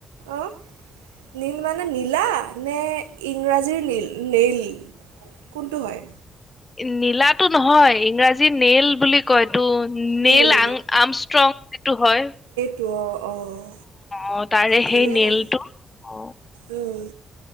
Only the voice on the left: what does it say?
নীলাটো নহয় ইংৰাজী নেইল বুলি কয়। টো
নেইল আঙ আমষ্ট্ৰং সেইটো হয়।
অ তাৰে
সেই নেইলটো
অ